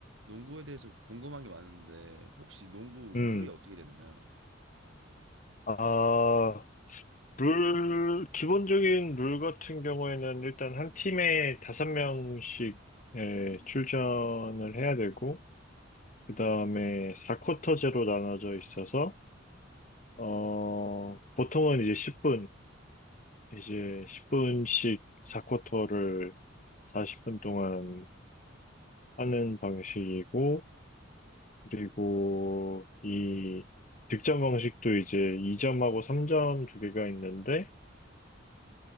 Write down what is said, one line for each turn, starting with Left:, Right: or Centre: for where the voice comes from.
Right: 농구에 대해서 궁금한 게 많은데 혹시 농구 룰이
Left: 음,
Right: 어떻게 되나요?
Left: 아, 룰, 기본적인 룰 같은 경우에는 일단 한 팀에 다섯 명씩 예, 출전을 해야 되고, 그 다음에 4쿼터제로 나눠져 있어서, 어, 보통은 이제 10분, 이제 십 분씩 사 쿼터를 사십 분씩 4쿼터를 40분 동안 하는 방식이고, 그리고 이 득점 방식도 이제 2점하고 3점 두 개가 있는데,